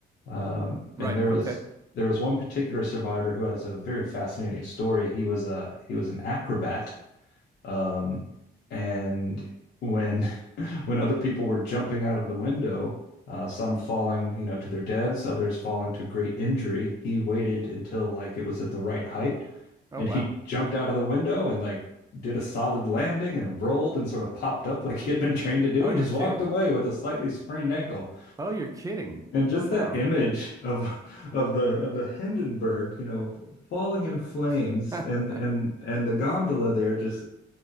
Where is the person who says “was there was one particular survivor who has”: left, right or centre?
Left